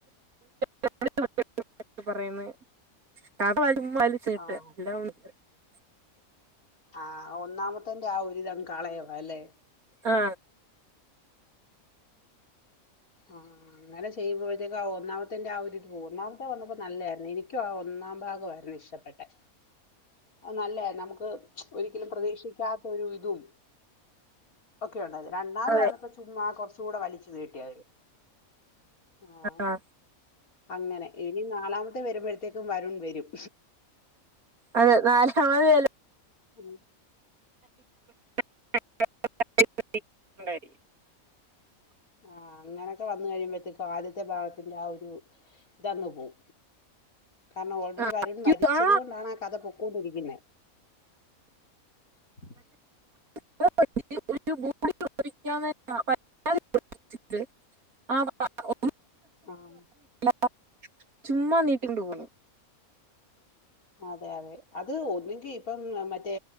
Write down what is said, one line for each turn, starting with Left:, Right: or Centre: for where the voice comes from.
Right: <inaudible> പറയുന്നേ <unintelligible> <unintelligible> ചീട്ട്
Left: ആഹ്
Right: എല്ലാം <unintelligible>
Left: ആഹ് ഒന്നാമത്തെൻ്റെ ആ ഒരുരിതം കളയ അല്ലെ
Right: ആ
Left: ആഹ് അങ്ങനെ ചെയ്യുമ്പോഴത്തേക്ക് ഒന്നാമത്തെന്റെ ആ ഒരുരി പോ ഒന്നാമത്തെ വന്നപ്പോ നല്ലായിരുന്നു എനിക്കും ആ ഒന്നാം ഭാഗയിരുന്നു ഇഷ്ടപ്പെട്ടെ നല്ല നമുക്ക് ഒരിക്കലും പ്രതീക്ഷിക്കാത്ത ഒരു ഇതും <unintelligible> രണ്ടാത്
Right: അതെ
Left: വന്നപ്പോ ചുമ്മാ കുറച്ച കൂടെ വലിച്ചു കീട്ടിയാര് ആഹ്
Right: ആ
Left: അങ്ങനെ ഇനി നാലാമത്തെ വരുമ്പോഴത്തേക്കും വരുൺ വരും
Right: അതെ നാലാമത് ചിലപ്പോ
Left: ഉം
Right: <inaudible>
Left: ആഹ് അങ്ങനൊക്കെ വന്ന കഴിയുമ്പോഴത്തേക്കും ആദ്യത്തെ ഭാഗത്തിന്റെ ആ ഒരു ഇതങ്ങ് പോവും കാരണം ഓൾറെഡി
Right: ഉണ്ടായിരിക്കും
Left: വരുൺ മരിച്ചത്
Right: ആ
Left: കൊണ്ടാണ് ആ കഥ പോ <unintelligible>
Right: <inaudible> <unintelligible>
Left: ആം
Right: <unintelligible> ചുമ്മാ നീട്ടിണ്ട് പോന്നു
Left: അതെ അതെ അത് ഒന്നെങ്കിൽ ഇപ്പം മറ്റേ